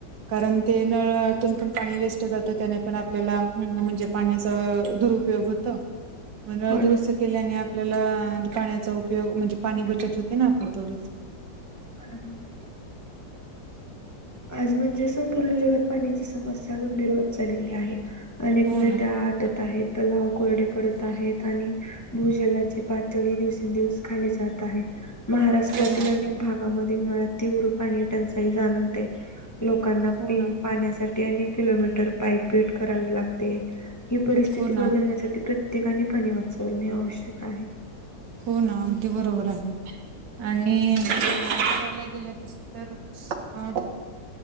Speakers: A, on the right; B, on the left.
A: कारण ते नळातून पण पाणी वेस्ट जातं. त्या पण आपल्याला म्हणजे पाण्याचा दुरुपयोग होत म्हण
B: हो
A: दुरुस्
B: ना.
A: केल्याने आपल्याला पाण्याचा उपयोग म्हणजे पाणी बचत होते ना आपण थोडीच
B: होण ह आज म्हणजे संपूर्ण जगात पाण्याची समस्या गंभीर होत चाललेली आहे अनेक
A: हो
B: नद्या
A: ना
B: आटत आहेत तलाव कोरडे पडत आहेत आणि भूजलाची पातळी ही दिवसेंदिवस खाली जात आहे महाराष्ट्रातील
A: हो ना
B: अनेक भागामध्ये उन्हाळ्या तीव्र पाणी टंचाई जाणवते लोकांना
A: हो
B: पिन
A: ना
B: पाण्यासाठी अनेक किलोमीटर पायपीट करावी लागते ही परिस्थिती
A: हो ना
B: बदलण्यासाठी प्रत्येकाने पाणी वाचवणे आवश्यक आहे
A: हो ना अगदी बरोबर असते आणि करायला गेलं तस तर अ